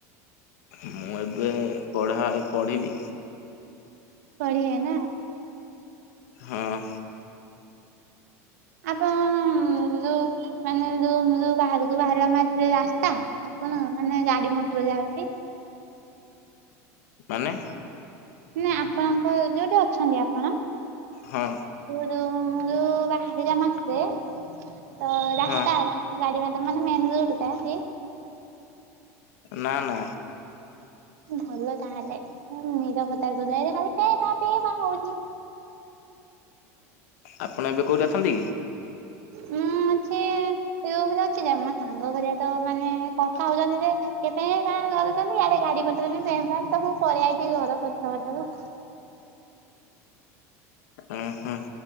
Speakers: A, on the left; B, on the right.
A: ମୁଁ ଏବେ ପଢା ଏ ପଢିବି।
B: ପଢିବେ ନା।
A: ହଁ।
B: ଆପଣ କଣ ଯୋଉ ମାନେ ରୁମ ବାହାରକୁ ବାହାରିବା ମାତ୍ରେ ରାସ୍ତା ଆପଣ ମାନେ ଗାଡି ମଟର ଯାଉଛି।
A: ମାନେ।
B: ନା ଆପଣଙ୍କ ଯୋଉଠି ଅଛନ୍ତି ଆପଣ।
A: ହଁ।
B: ରୁମରୁ ବାହାରିଲା ମାସରେ ତ ରାସ୍ତା
A: ହଁ
B: ହେଲା ଗାଡି ମ ତେ ମାନେ ମେନ୍ ରୋଡ ଟା କି?
A: ନା ନା।
B: ଭଲ ତାହେଲେ ନିରବତାର <unintelligible> ହଉଛି।
A: ଆପଣ ଏବେ କୋଉଠି ଅଛନ୍ତି କି?
B: ମୁଁ ଅଛି ରୁମରେ ଅଛି ଯେ ସାଙ୍ଗ ଘରିଆ ତ ମାନେ କଥା ହଉଛନ୍ତି ଯେ କେ ପେଁପାଁ କରୁଛନ୍ତି ଆଡେ ଗାଡି ମଟରେ ବି ପେଁପାଁ ମୁଁ ତ ପାକେଇଆଇଛି ଘର ପଛ ପଟକୁ।
A: ହଁ ହୁନ